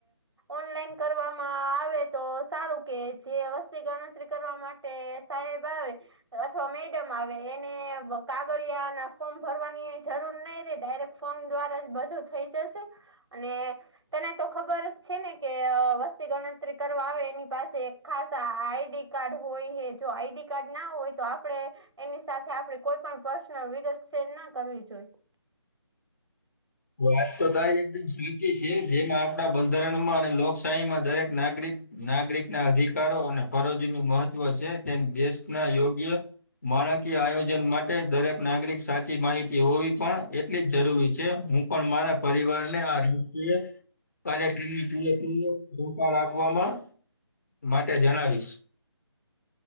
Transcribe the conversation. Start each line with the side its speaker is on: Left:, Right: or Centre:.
Right: ઓનલાઈન કરવામાં આવે તો, સારું કે જે વસ્તીકણ કરવા માટે સાહેબ આવે. અથવા મેડમ આવે, એને કાગળિયા ના ફોર્મ ભરવાની જરૂર નહી રે ડાયરેક્ટ. ફોન દ્વારા જ બધો થઈ જશે, અને તને તો ખબર છે ને, કે વસ્તી ગણતરી કરવા આવે, એની પાસે એક ખાસ આઈડી કાર્ડ હોય, હ જો આઈડી કાર્ડ ના હોય તો આપડે એની સાથે આપડે કોઈ પણ પર્શનલ વિગત શેર ના કરવી જોઈ.
Left: વાત તો તારી એકદમ સાચી છે, જેમાં આપણા બંધારણમાં અને લોકશાહીમાં દરેક નાગરિક નાગરિક ના અધિકારો અને ફરજ નું મહત્વ છે, તેમ દેશના યોગ્ય માણાકીય આયોજન માટે દરેક નાગરિક સાચી માહિતી હોવી, પણ એટલી જ જરૂરી છે હું. પણ મારા પરિવારને આ રષુએ કાર્યક્રમ હતી આપવામાં. માટે જણાવીશ.